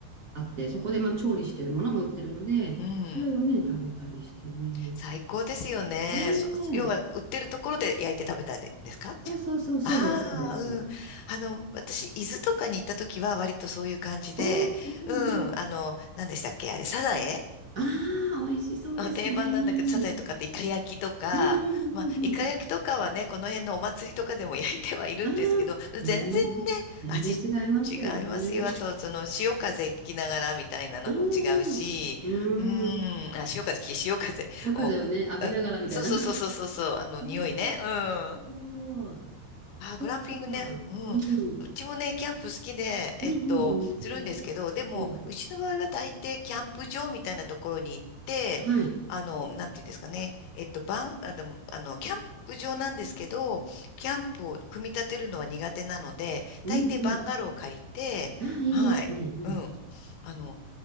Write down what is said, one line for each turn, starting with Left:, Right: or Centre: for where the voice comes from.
Right: あって、そこでまあ調理してるものも売ってるので、
Left: うん
Right: それをね、食べたりしてね。
Left: 最高ですよね。
Right: ね
Left: そ、要は、
Right: え。
Left: 売ってるところで焼いて食べたんですかじゃあ。
Right: そうそうそう、そうです、そうです。
Left: ああ、うん。あの、私、伊豆とかに行った時は割とそういう感じで、
Right: おお、うんうん。
Left: うん、あの、何でしたっけあれ、サザエ
Right: ああ、美味しそうですね。
Left: あ定番なんだけど、サザエとかってイカ焼きとか、
Right: うんうんうんうん。
Left: まあ、イカ焼きとかはね、この辺のお祭りとかでも焼いてはいるんですけど、
Right: ああ、
Left: <laughs>
Right: う
Left: 全然ね、
Right: 全然違いますよね。
Left: 味違いますよ。あと、その、潮風聞きながらみたいなのも違うし、
Right: うんうん。
Left: うーん、
Right: うん。
Left: あ、潮風聞き、潮風を、
Right: 夜風をね、浴びながらみたいな。
Left: うんそうそうそうそうそうそう、
Right: <laughs>
Left: あの、
Right: ねえ、
Left: 匂いね。うん。
Right: そう。
Left: あー、
Right: そっか。
Left: グランピングね。うん。
Right: うん。
Left: うちもね、キャンプ好きで、えっと、
Right: うんうん、本抜さんも。
Left: するんですけど、でも、
Right: うん。
Left: うちの場合は大抵キャンプ場みたいなところに行って、
Right: はい。
Left: あの、なんていうんですかね。えっと、バン、あの、あの、キャンプ場なんですけど、キャンプを組み立てるのは苦手なので、大抵バンガローを借りて、
Right: うんうん。ああ、いいですね。
Left: はい。
Right: うん。
Left: うん。あの、